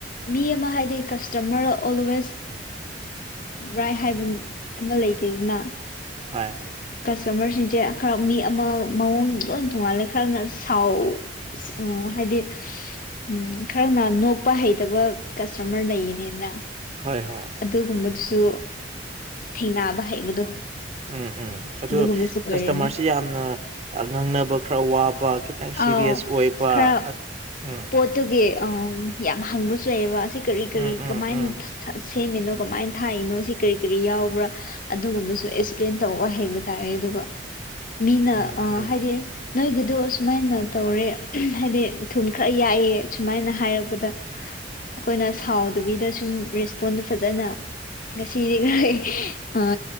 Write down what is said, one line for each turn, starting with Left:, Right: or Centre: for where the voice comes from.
Left: ꯃꯤ ꯑꯃ ꯍꯥꯏꯗꯤ ꯀꯁꯇꯃꯔ ꯑꯣꯜꯋꯦꯁ ꯔꯥꯏ ꯍꯥꯏꯕ ꯑꯃ ꯂꯩꯇꯦ ꯑꯗꯨꯅ
Right: ꯍꯣꯏ
Left: ꯀꯁꯇꯃꯔꯁꯤꯡꯁꯦ ꯈꯔ ꯃꯤ ꯑꯃ ꯃꯑꯣꯡ ꯂꯣꯏ ꯊꯣꯡꯉꯥꯜꯂꯦ ꯈꯔꯅ ꯁꯥꯎ ꯎ ꯍꯥꯏꯗꯤ ꯎꯝ ꯈꯔ ꯅ ꯅꯣꯛꯄ ꯍꯩꯇꯕ ꯀꯁꯇꯃꯔ ꯂꯩꯌꯦꯅꯦꯅ
Right: ꯍꯣꯏ ꯍꯣꯏ
Left: ꯑꯗꯨꯒꯨꯝꯕꯗꯨꯁꯨ ꯊꯦꯡꯅꯕ ꯍꯩꯕꯗꯣ
Right: ꯎꯝ ꯎꯝ ꯑꯗꯨ
Left: ꯑꯗꯨꯒꯨꯝꯕꯁꯨ ꯑꯣꯏꯔꯅꯤ
Right: ꯀꯁꯇꯃꯔꯁꯤ ꯌꯥꯝꯅ ꯉꯥꯡꯅꯕ ꯈꯔ ꯋꯥꯕ ꯈꯤꯇꯪ
Left: ꯑꯥꯎ
Right: ꯁꯤꯔꯤꯌꯁ ꯑꯣꯏꯕ
Left: ꯈꯔ
Right: ꯎꯝ
Left: ꯄꯣꯠꯇꯨꯒꯤ ꯌꯥꯝ ꯍꯪꯕꯁꯨꯏꯑꯕ ꯑꯁꯤ ꯀꯔꯤ ꯀꯔꯤ
Right: ꯎꯝ ꯎꯝ
Left: ꯀꯃꯥꯏꯅ
Right: ꯎꯝ
Left: ꯁꯦꯝꯃꯤꯅꯣ ꯀꯃꯥꯏꯅ ꯊꯥꯛꯏꯅꯣ ꯁꯤ ꯀꯔꯤ ꯀꯔꯤ ꯌꯥꯎꯕ꯭ꯔꯥ ꯑꯗꯨꯒꯨꯝꯕꯁꯨ ꯑꯦꯛꯁꯄ꯭ꯂꯦꯟ ꯇꯧꯕ ꯍꯩꯕ ꯇꯦ ꯑꯗꯨꯒ ꯃꯤꯅ
Right: ꯎꯝ
Left: ꯍꯥꯏꯗꯤ ꯅꯣꯏꯒꯤꯗꯣ ꯁꯨꯃꯥꯏꯅ ꯇꯧꯔꯦ ꯍꯥꯏꯗꯤ ꯊꯨꯝ ꯈꯔ ꯌꯥꯛꯑꯦ ꯁꯨꯃꯥꯏꯅ ꯍꯥꯏꯔꯛꯄꯗ ꯑꯩꯈꯣꯏꯅ ꯁꯥꯎꯗꯨꯕꯤꯗ ꯁꯨꯝ ꯔꯦꯁꯄꯣꯟꯗ ꯐꯖꯅ ꯁꯤꯗꯤ ꯈꯔ